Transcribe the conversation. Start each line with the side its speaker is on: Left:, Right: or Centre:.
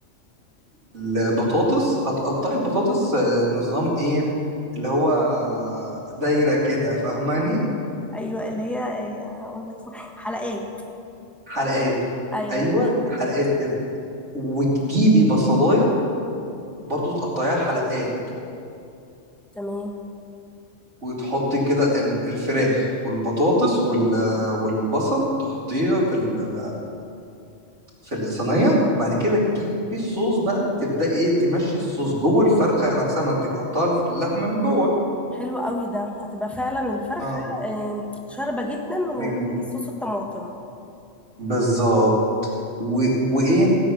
Right: البطاطس هتقطعي البطاطس آه، نظام ايه اللي هو دايرة كده فاهماني
Centre: ايوه اللي هي إيه، هقول لك اسمها، حلقات
Right: حلقات
Centre: ايوه
Right: ايوه حلقات كده وتجيبي بصلاية برضو تقطعيها حلقات
Centre: تمام
Right: وتحطي كده ال- الفراخ والبطاطس وال- والبصل تحطيها في ال- في الصينية بعد كده تجيبي الصوص بقى تبدأي ايه تمشي الصوص جوه الفرخة نفسها ما انت مقطعه اللحمة من جوه
Centre: حلو قوي ده هتبقى فعلا الفرخه
Right: اه
Centre: إيه، شاربه جدا من
Right: من
Centre: صوص الطماطم
Right: بالظبط و... وايه